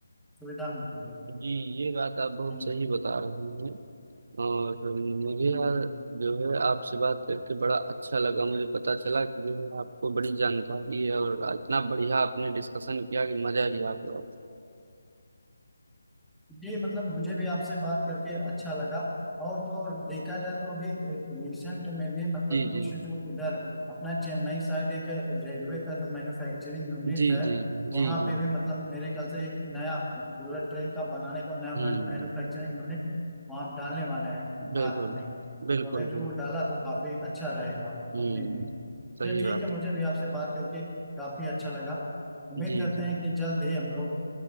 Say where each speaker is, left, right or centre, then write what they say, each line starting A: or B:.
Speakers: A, in the centre; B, on the right.
A: सुविधा मिलती है
B: जी ये बात आप बहुत
A: हम्म
B: सही बता रहे हैं और मुझे
A: हम्म
B: यार जो है आपसे बात करके बड़ा अच्छा लगा मुझे पता चला कि जो है आपको बड़ी जानकारी है और इतना बढ़िया आपने डिस्कशन किया कि मजा ही आ गया
A: जी मतलब मुझे भी आपसे बात करके अच्छा लगा और तो और देखा जाए तो अभी रिसेंट में भी मतलब
B: जी
A: कुछ
B: जी
A: जो इधर अपना चेन्नई साइड एक रेलवे का जो मैन्युफैक्चरिंग यूनिट
B: जी
A: है
B: जी जी
A: वहाँ
B: जी
A: पे भी मतलब मेरे ख्याल से एक नया बुलेट ट्रेन का बनाने को नया
B: हम्म
A: मैन्युफैक्चरिंग यूनिट वहाँ डालने वाले हैं
B: बिल्कुल,
A: भारत में ही।
B: बिल्कुल,
A: तो अगर जो
B: बिल्कुल।
A: डाला तो काफी अच्छा रहेगा
B: हुँ,
A: अपने लिए
B: सही
A: ये ठीक
B: बात।
A: है मुझे भी आपसे बात करके काफी अच्छा लगा उम्मीद
B: जी,
A: करते
B: जी,
A: हैं कि जल्द ही हम लोग